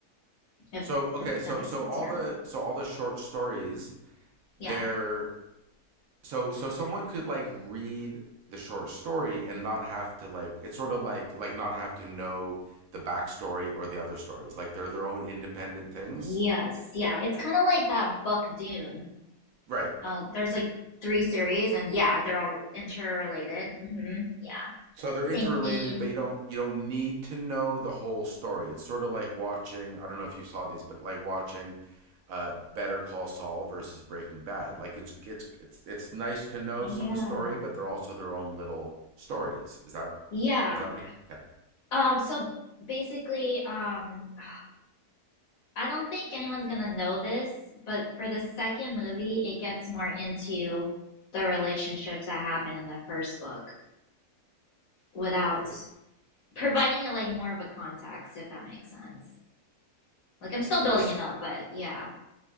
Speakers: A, on the left; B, on the right.
A: if
B: So okay,
A: if
B: so
A: that makes
B: so
A: sense.
B: all
A: Yeah.
B: the so all the short stories they're
A: Yeah.
B: so so someone could like read the short story and not have to like it's sort of like like not have to know the backstory or the other stories like they're their own independent things
A: Yes, yeah. It's kind of like that book Dune.
B: right
A: Uh, there's like three series, and yeah, they're all interrelated. hmm Yeah,
B: so they're
A: same
B: interrelated
A: theme.
B: but you don't you don't need to know the whole story it's sort of like watching i don't know if you saw these but like watching uh better call saul versus breaking bad like it's it's it's it's nice to know
A: Yeah,
B: some of the story but they're also their own little stories is that
A: yeah.
B: does that make okay
A: Um, so basically, um, <sighs> I don't think anyone's gonna know this, but for the second movie, it gets more into the relationships that happen in the first book without
B: for the
A: providing it like more of a context, if that makes sense. Like I'm still
B: for
A: building
B: this
A: it up, but yeah.